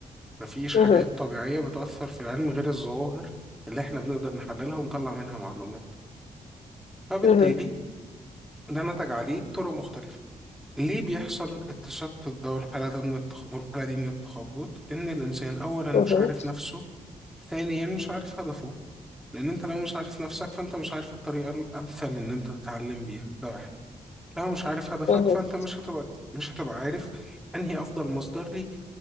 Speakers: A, in the centre; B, on the left.
A: مفيش
B: مهم.
A: حاجات طبيعية بتأثر في العلم غير الظواهر اللي احنا بنقدر نحللها ونطلع منها معلومات فبالتالي
B: مهم.
A: ده نتج عليه طرق مختلفة ليه بيحصل التشتت ده والحالة ده من التخ... والحالة دي من التخبط إن الإنسان أولا مش
B: مهم.
A: عارف نفسه ثانيا مش عارف هدفه لان انت لو مش عارف نفسك فانت مش عارف الطريقة الامثل ان انت تتعلم بيها ده واحد لو مش عارف هدفك
B: مهم.
A: فانت مش هتبقى مش هتبقى عارف انهي افضل مصدر ليك